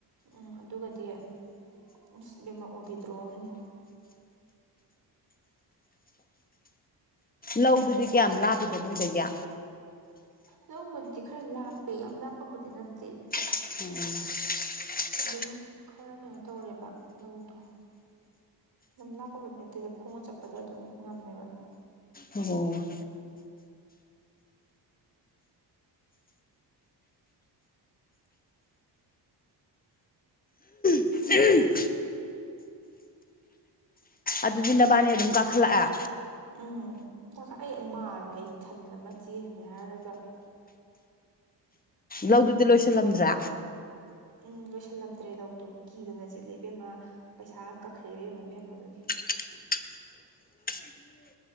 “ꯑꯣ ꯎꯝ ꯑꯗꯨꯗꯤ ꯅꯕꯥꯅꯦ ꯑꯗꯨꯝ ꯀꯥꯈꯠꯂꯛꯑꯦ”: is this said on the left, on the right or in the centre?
Left